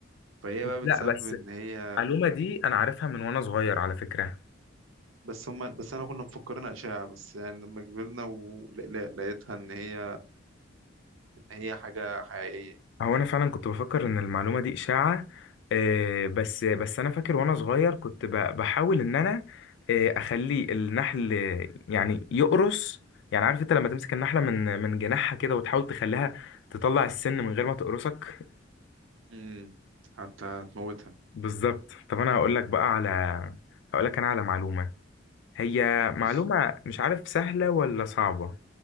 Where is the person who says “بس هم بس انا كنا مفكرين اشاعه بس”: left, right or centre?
Right